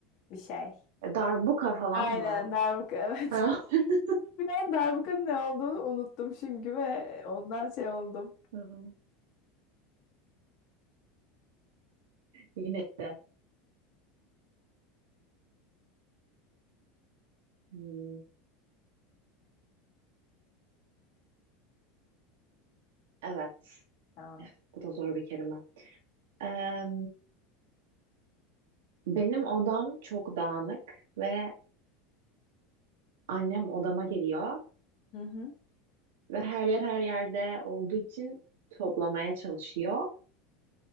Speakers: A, on the left; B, on the right.
A: bir şey.
B: e, darbuka falan
A: Aynen
B: mı?
A: darbuka evet.
B: <laughs>
A: <laughs> Ben darbukanın ne olduğunu unuttum çünkü ve ondan şey oldum.
B: Hı. Yine de. Hmm. Evet.
A: Tamam.
B: Üf, bu da zor bir kelime. Eee, benim odam çok dağınık ve annem odama geliyor
A: Hı hı.
B: ve her yer her yerde olduğu için toplamaya çalışıyor.